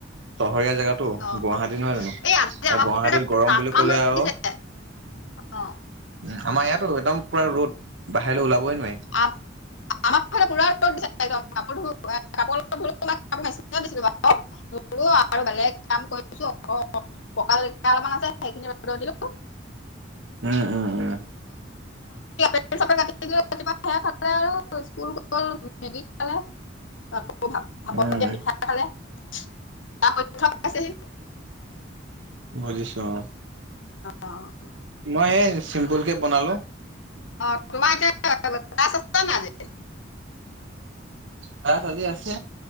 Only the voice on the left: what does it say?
অ
এই আজি
আমাৰ
ফালে
তামাম
ৰ'দ
দিছে অ',
আ, আমাৰ ফালে পুৰা ৰ'দ দিছে একদম <unintelligible> আৰু বেলেগ কাম কৰিছো অ', <unintelligible> পকা <unintelligible> অলপমান আছে সেইখিনি ৰ'দত দিলো
<unintelligible> দিলো ৰাতিপুৱা সেয়া খালে আৰু স্কুল গ'ল মেগী খালে <unintelligible> ভাপত
দিয়া পিঠা খালে তাৰ পৰীক্ষা পাইছেহি
অ'
আ, তোমাৰ এতিয়া <unintelligible> <unintelligible> নাজে